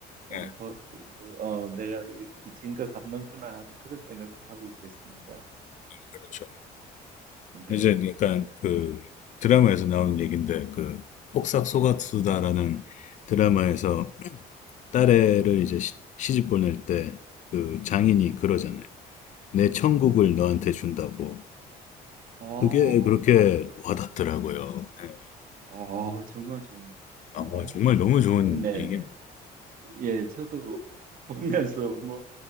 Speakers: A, on the right (about 55°); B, on the left (about 45°).
A: 어,
B: 네,
A: 버- 어, 내가 이 빚진가 갚는구나 하는 그런 생각도 하고 그랬습니다.
B: 그렇죠.
A: 네,
B: 이제 약간 그 드라마에서 나오는 얘기인데 그 폭삭 속았수다라는
A: 예,
B: 드라마에서 딸애를 이제 시- 시집 보낼 때 그 장인이 그러잖아요. 내 천국을
A: 예.
B: 너한테 준다고.
A: 어,
B: 그게 그렇게
A: 참 좋-
B: 와닿더라고요. 네.
A: 어, 정말 좀,
B: 아,
A: 어,
B: 정말 너무 좋은
A: 네네네.
B: 얘기.
A: 예, 저도 보면서 뭐